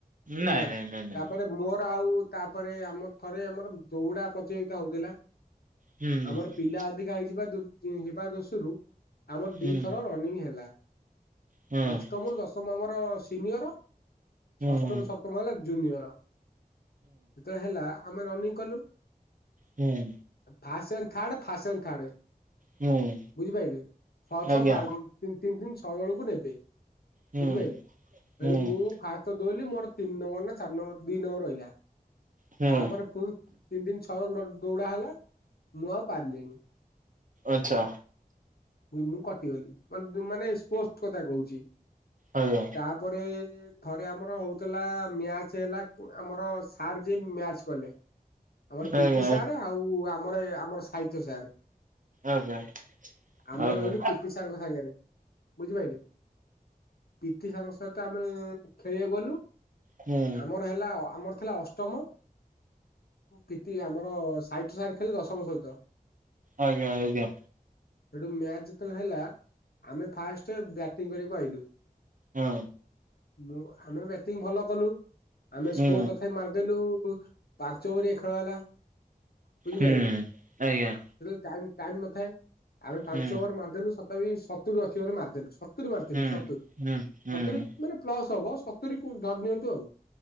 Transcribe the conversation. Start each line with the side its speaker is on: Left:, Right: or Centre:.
Right: ନାଇଁ
Left: ହେଲା
Right: ନାଇଁ ନାଇଁ ନାଇଁ
Left: ତାପରେ ମୋର ଆଉ। ତାପରେ ଆମର ଥରେ ଆମର ଦଉଡା ପ୍ରତିଯୋଗିତା ହଉଥିଲା।
Right: ହୁଁ
Left: ଆମର ପିଲା ଅଧିକା ହେଇଯିବା ଯିବା ଦୋଷରୁ ଆମର
Right: ହୁଁ
Left: ଦିଥର ରନିଂ ହେଲା
Right: ହଁ
Left: ଅଷ୍ଟମରୁ ଦଶମ ଆମର। ଆମର ସିନିୟର ଷଷ୍ଠ
Right: ହୁଁ
Left: ରୁ ସପ୍ତମ ହେଲା ଜୁନିୟର। ଯେତବେଳେ ହେଲା ଆମେ ରନିଙ୍ଗ କଲୁ।
Right: ହୁଁ
Left: ଫାସନ୍ ଥାର୍ଡ ଫାସନ୍ ଥାର୍ଡ
Right: ହୁଁ ହୁଁ
Left: ବୁଝିପାରିଲେ ଛଅ
Right: ଆଜ୍ଞା
Left: ଛଅ ବାର ଦିନ। ତିନ ତିନ ତିନି ଛଅ ଜଣଙ୍କୁ ନେବେ
Right: ହୁଁ
Left: ବୁଝିପାରିଲେ।
Right: ହୁଁ
Left: ଏଇଠି ମୁଁ ଫାଷ୍ଟ ଦଉଲି ମୋର ତିନି ନମ୍ବର ନା ଚାରି ନମ୍ବର ଦୁଇ ନମ୍ବର ରହିଲା
Right: ହୁଁ
Left: ତାପରେ ପୁଣି ତିନି ତିି ଛଅ ଦଉଡା ହେଲା ମୁଁ ଆଉ ପାରିଲିଣି।
Right: ଆଛା
Left: ମୁଁ କଟିଗଲି ମାନେ ସ୍ପୋଟ କଥା କହୁଛି
Right: ଆଜ୍ଞା
Left: ତାପରେ ଥରେ ଆମର ହଉଥିଲା ମ୍ୟାଚ ହେଲା ଆମର ସାର ଯିଏ ମ୍ୟାଚ କଲେ। ଆମର ପିଟି
Right: ଆଜ୍ଞା
Left: ସାର ଆଉ ଆମର ଆମର ସାହିତ୍ୟ ସାର।
Right: ଆଜ୍ଞା
Left: ଆମେ
Right: ଆଜ୍ଞା
Left: ରହିଲୁ
Right: ଆଜ୍ଞା
Left: ପିଟି ସାର ଙ୍କ ସାଙ୍ଗରେ ବୁଝିପାରିଲେ? ପିଟି ସାର୍ ଙ୍କ ସହିତ ଆମେ ଖେଳିବା ଗଲୁ
Right: ହୁଁ
Left: ଆମ ର ହେଲା ଆମର ଥିଲା ଅଷ୍ଟମ। ପିଟି ଆମର ସାହିତ୍ୟ ସାର ଖେଳିଲେ ଦଶମ ସହିତ।
Right: ଆଜ୍ଞା ଆଞା।
Left: ସେଠୁ ମ୍ୟାଚ ଯେତେବେଳେ ହେଲା ଆମେ ଫାଷ୍ଟ ବ୍ୟାଟିଂ କରିବାକୁ ଆଇଲୁ।
Right: ହଁ
Left: ମୁଁ ଆମେ ଭଲ କଲୁ ଆମେ
Right: ହୁଁ
Left: ସ୍କୋର ତଥାପି ମାରିଦେଲୁ ପାଞ୍ଚ ଓଭରିଆ ଖେଳ ହେଲା। ବୁଝିପାରିଲ
Right: ହୁଁ
Left: ନା
Right: ଆଜ୍ଞା।
Left: ଟାଇମ ନଥାଏ ଆମେ ପାଞ୍ଚ
Right: ହୁଁ
Left: ଓଭର ମାରିଦେଲୁ ସତାପି ସତୁରି ଅଛି ମାରିଦଥିଲୁ ସତୁରି ମାରିଥିଲୁ
Right: ହୁଁ
Left: ସତୁରି
Right: ହୁଁ ହୁଁ ହୁଁ
Left: ସତୁରି ମାନେ ପ୍ଲସ୍ ହବ ସତୁରି କୁ ଧରି ନିଅନ୍ତୁ ଆଉ।